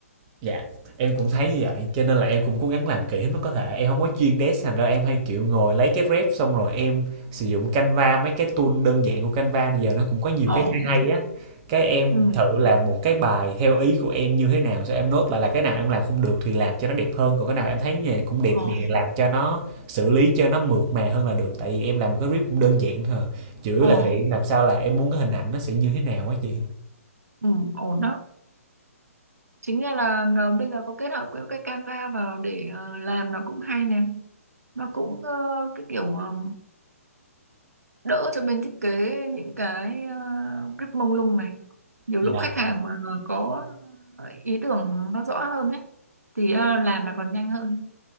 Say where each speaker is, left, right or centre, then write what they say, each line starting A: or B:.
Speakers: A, on the right (about 25°); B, on the right (about 85°).
A: Dạ, em cũng thấy như vậy, cho nên là em cũng cố gắng làm kỹ hết mức có thể. Em không có chuyên desk thành ra em hay, kiểu, ngồi lấy cái ref xong rồi em sử dụng Canva, mấy cái tool đơn giản của Canva bây giờ nó cũng có nhiều cái
B: Ổn.
A: hay hay á. Cái em
B: Ừ.
A: thử làm một cái bài theo ý của em như thế nào, xong em nốt lại là cái nào em làm không được thì làm cho nó đẹp hơn, còn cái nào em thấy như này cũng đẹp
B: Ổn.
A: nè, làm cho nó xử lý cho nó mượt mà hơn là được. Tại vì em làm một cái ref cũng đơn giản thôi à, chủ yếu là
B: Ổn.
A: thể hiện làm sao là em muốn cái hình ảnh nó sẽ như thế nào á chị.
B: Ừ. Ổn đó. Chính ra là ờ, bây giờ có kết hợp cái, cái Canva vào để ờ, làm nó cũng hay nè. Nó cũng ờ, cái kiểu ờ, đỡ cho bên thiết kế những cái ờ, rất mông lung này. Nhiều
A: Dạ.
B: lúc khách hàng mà có ý tưởng nó rõ hơn ấy thì ờ, làm là còn nhanh hơn.